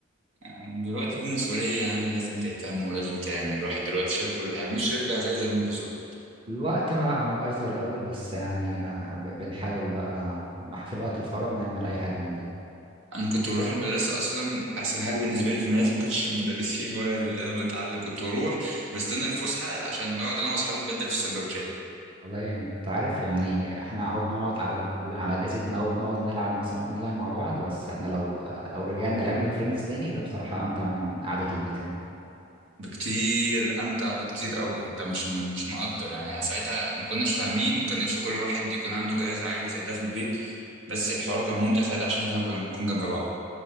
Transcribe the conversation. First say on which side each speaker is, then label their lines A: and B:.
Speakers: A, on the right; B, on the right.
A: يعني دلوقتي في مسؤوليه يا عم لازم تهتم ولازم تعمل الواحد دلوقتي شايل كل حاجه نفسه يرجع زي زمان بالظبط
B: الوقت ما ما بقاش زي الاول بس يعني آه، ب- بنحاول بقى في الوقت الفراغ نعمل اي حاجه من دي
A: انا كنت بروح المدرسه اصلا احسن حاجه بالنسبه لي في المدرسه ما كانتش المدرسين ولا اللي انا بتعلم كنت بروح بستنى الفسحه عشان نقعد انا واصحابي نبدل في السندوتشات
B: والله يعني انت عارف يعني احنا اهو بنقعد على الكمبيو- على اجهزتنا اهو بنقعد نلعب مثلا اونلاين مع بعض بس احنا لو لو رجعنا لعبنا في فريندز تاني ده بصراحة امتع من قعدة البيت هنا
A: بكتير امتع بكتير قوي انت مش مش مقدر يعني ساعتها ما كناش فاهمين كان نفسي كل واحد يكون عنده جهاز عالي زي ده في البيت بس الحوار كان ممتع ساعتها عشان احنا كنا بنكون جنب بعض